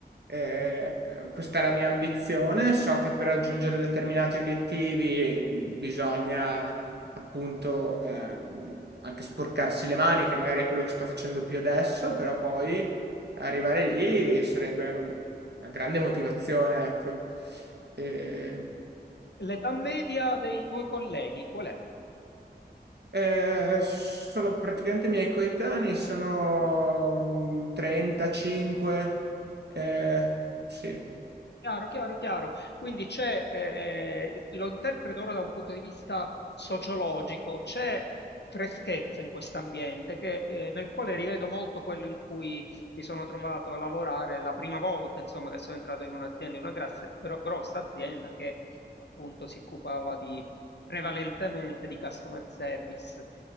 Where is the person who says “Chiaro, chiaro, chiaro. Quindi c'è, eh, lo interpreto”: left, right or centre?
Left